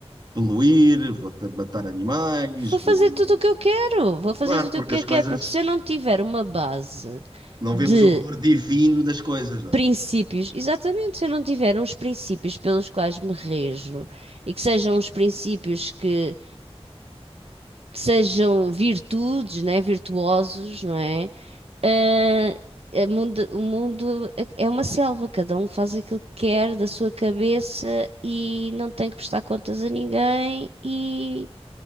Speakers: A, on the right (about 40°); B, on the right (about 65°).
A: poluir, vou te- matar animais,
B: Vou
A: vou...
B: fazer tudo o que eu quero. Vou fazer
A: Claro,
B: tudo
A: porque
B: o que
A: as
B: eu
A: coisas
B: quero. Porque se eu não tiver uma base
A: Não
B: de
A: vemos o valor divino das coisas, não
B: princípios,
A: é?
B: exatamente, se eu não tiver uns princípios pelos quais me rejo e que sejam uns princípios que, que sejam virtudes, né? Virtuosos, não é? Ah, a mundo- o mundo é uma selva, cada um faz aquilo que quer da sua cabeça e não tem que prestar contas a ninguém e